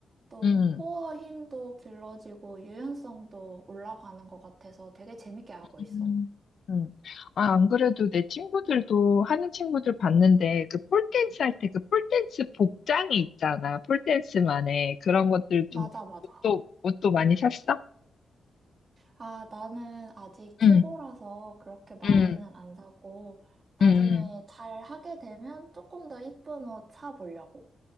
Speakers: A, on the right (about 30°); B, on the left (about 50°).
A: 또
B: 음,
A: 코어 힘도 길러지고 유연성도 올라가는 것 같아서 되게 재밌게 하고 있어.
B: 음, 음. 아, 안 그래도 내 친구들도 하는 친구들 봤는데 그 폴댄스 할 때 그 폴댄스 복장이 있잖아. 폴댄스만의 그런 것들
A: 맞아,
B: 좀
A: 맞아.
B: 옷도 옷도 많이 샀어?
A: 아, 나는 아직 초보라서
B: 응,
A: 그렇게 많이는
B: 응,
A: 안 사고, 나중에
B: 응,
A: 잘 하게 되면 조금 더 이쁜 옷 사보려고.